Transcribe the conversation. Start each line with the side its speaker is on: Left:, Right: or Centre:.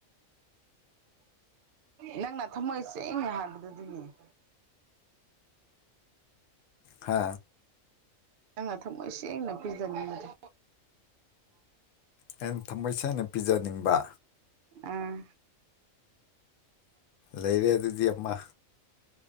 Right: <unintelligible> ꯅꯪꯅ ꯊꯝꯃꯣꯏꯁꯤ ꯇꯦꯡ ꯍꯥꯏꯕꯗꯨ ꯑꯗꯨꯅꯤ
Left: ꯍꯥ
Right: ꯅꯪꯅ ꯊꯝꯃꯣꯏ ꯁꯦꯡꯅ ꯄꯤꯖꯅꯤꯡꯕꯗ
Left: ꯑꯩꯅ ꯊꯝꯃꯣꯏ ꯁꯦꯡꯅ ꯄꯤꯖꯅꯤꯡꯕ
Right: ꯑꯥ
Left: ꯂꯩꯔꯦ ꯑꯗꯨꯗꯤ ꯑꯃ